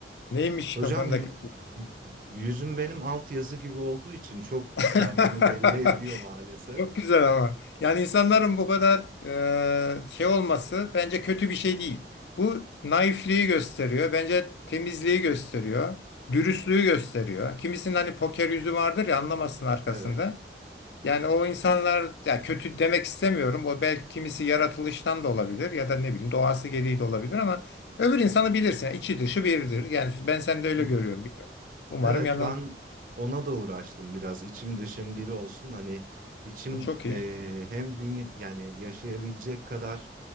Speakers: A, on the left; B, on the right.
A: Neymiş
B: Hocam
A: kafandaki?
B: y- y- yüzüm benim alt yazı gibi olduğu için çok
A: <laughs>
B: kendini belli ediyor maalesef.
A: Çok güzel ama. Yani insanların bu kadar e, şey olması bence kötü bir şey değil. Bu naifliği gösteriyor. Bence temizliği gösteriyor. Dürüstlüğü gösteriyor. Kimisinin hani poker yüzü vardır ya anlamasın arkasında.
B: Evet.
A: Yani o insanlar ya kötü demek istemiyorum. O belki kimisi yaratılıştan da olabilir ya da ne bileyim doğası gereği de olabilir ama öbür insanı bilirsin. Yani içi dışı biridir. Yani ben seni de öyle
B: Hı hı.
A: görüyorum. Bilmiyorum. Umarım
B: Evet
A: yanılmıyorum.
B: ben ona da uğraştım biraz içim dışım biri olsun hani içim
A: Çok iyi.
B: eee, hem dünya yani yaşayabilecek kadar